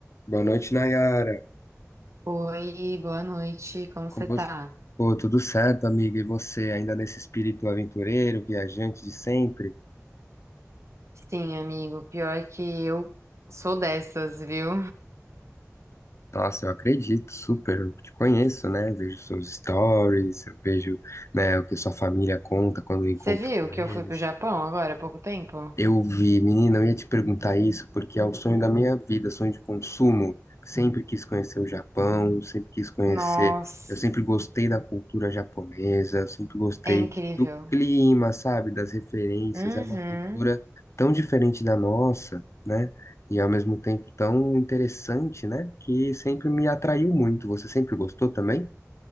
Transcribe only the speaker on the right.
Oi, boa noite, como
você
tá?
Sim, amigo, pior que eu sou dessas, viu?
Você viu
que
eu fui pro Japão agora há pouco tempo?
Nossa,
é incrível.
Uhum.